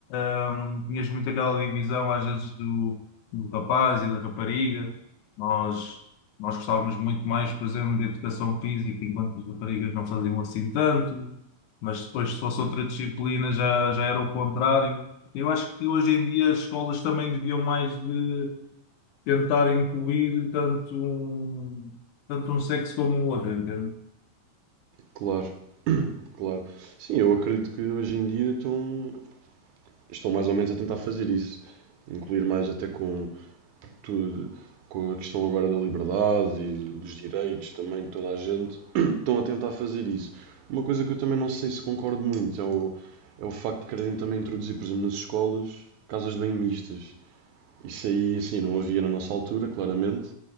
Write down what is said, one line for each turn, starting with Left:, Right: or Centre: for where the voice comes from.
Left: Hum, tinhas muito aquela divisão, às vezes, do, do rapaz e da rapariga. Nós, nós gostávamos muito mais, por exemplo, de educação física, enquanto que as raparigas não faziam assim tanto. Mas depois, se fosse outra disciplina, já, já era o contrário. Eu acho que hoje em dia as escolas também deviam mais de tentar incluir tanto um, tanto um sexo como o outro, entende?
Right: Claro, claro. Sim, eu acredito que hoje em dia estão, estão mais ou menos a tentar fazer isso incluir mais até com tudo, com a questão agora da liberdade e do- dos direitos também, toda a gente <clears throat> estão a tentar fazer isso. Uma coisa que eu também não sei se concordo muito é o, é o facto de quererem também introduzir, por exemplo, nas escolas, casas de banho mistas. Isso aí, assim, não havia na nossa altura, claramente,